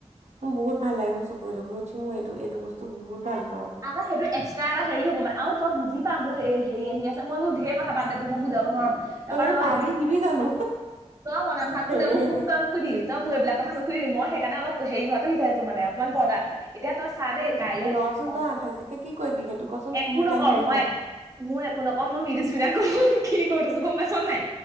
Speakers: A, on the right; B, on the right.
A: মোৰ বহুত ভাল লাগে মই চকৰি তকৰি উঠি মোৰ এইটো এইটো বস্তু বহুত আম
B: আমাৰ সেইটো এক্সট্ৰা ট আহে হেৰি হ'ব মানে আৰু তই বুজি পা মোৰ এই হেৰি আহি আছে মই বোৰ ধেৰ কথা বাদ দে তোক মই বুজাব নোৱাৰো। তাপা
A: তই সেইটো
B: ৰ
A: পাৰ্টি
B: এতিয়া
A: দিবি জানো
B: তই মনে মনে থাকচোন
A: হেৰি
B: এইবোৰ
A: আহিছে
B: মোক তই নুসুধিবি তই মোক এইবিলাক কথা নু ফুৰিম মই সেইকাৰণে অল হেৰি হোৱাটো বিচাৰিছো মানে অকমান পৰ্দা এতিয়া তই চা দেই কাইলে
A: ৰচোন তই
B: অন্ত
A: আঠাইশ তাৰিখে কি কৰিবি সেইটো কচোন
B: একো
A: তোৰ প্লেনিংটো
B: নকৰো মই
A: ক
B: মোৰ একো নকৰো মই মিজিছো তাক মই কি কৰি থৈছো গম পাইছ নাই